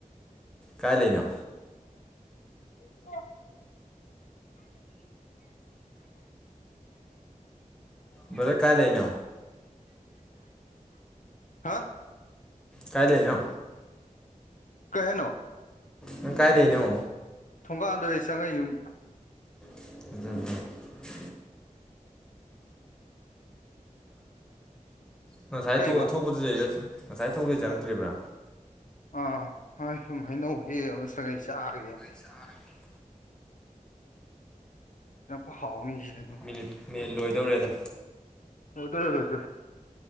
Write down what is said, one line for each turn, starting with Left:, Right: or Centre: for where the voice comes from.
Centre: ꯀꯥꯏ ꯂꯩꯅꯣ
Left: <unintelligible> <unintelligible>
Centre: ꯕ꯭ꯔꯗꯔ ꯀꯥꯏ ꯂꯩꯅꯣ
Left: ꯍꯥ
Centre: ꯀꯥꯏ ꯂꯩꯅꯣ
Left: ꯀꯩ ꯍꯥꯏꯅꯣ
Centre: ꯅꯪ ꯀꯥꯏ ꯂꯩꯅꯣ
Left: ꯊꯣꯡꯒꯥꯥꯟꯗ ꯂꯩ ꯆꯪꯉ ꯩ ꯌꯨꯝ
Centre: <unintelligible> ꯉꯁꯥꯏ
Left: ꯀꯩꯕ
Centre: ꯊꯣꯛ ꯊꯣꯛꯄꯗꯨ ꯉꯁꯥꯏ ꯊꯣꯛꯄꯗꯩ ꯆꯪꯉꯛꯇ꯭ꯔꯤꯕ꯭ꯔꯥ
Left: ꯑꯥ ꯍꯣꯏ ꯁꯨꯝ ꯍꯩꯅꯧ ꯍꯦꯛ ꯑꯃ ꯁꯉꯩ ꯆꯥꯒꯦꯅꯥ
Centre: <unintelligible>
Left: <unintelligible> ꯍꯥꯎꯅꯤꯁꯤꯗꯤ
Centre: ꯃꯤꯅꯤꯠ ꯃꯤꯅꯤꯠ ꯂꯣꯏꯗꯧꯔꯦꯗ
Left: ꯂꯣꯏꯗꯣꯔꯦ ꯂꯣꯏꯗꯔꯦ